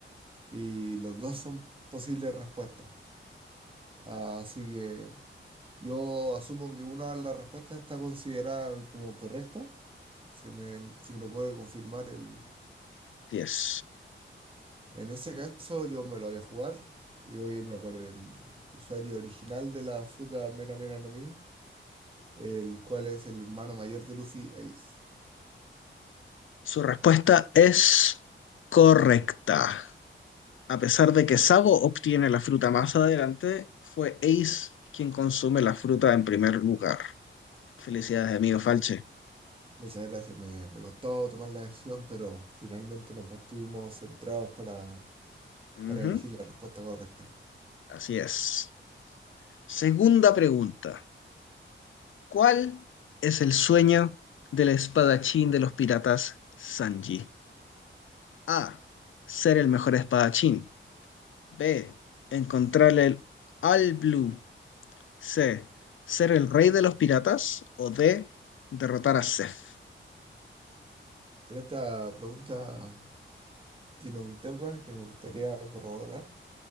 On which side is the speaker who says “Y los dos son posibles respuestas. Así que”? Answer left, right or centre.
Right